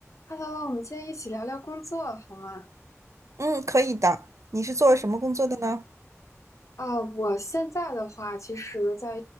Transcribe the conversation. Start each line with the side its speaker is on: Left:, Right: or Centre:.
Left: Hello，我们今天一起聊聊工作好吗？
Right: 嗯，可以的。你是做什么工作的呢？
Left: 啊，我现在的话，其实在，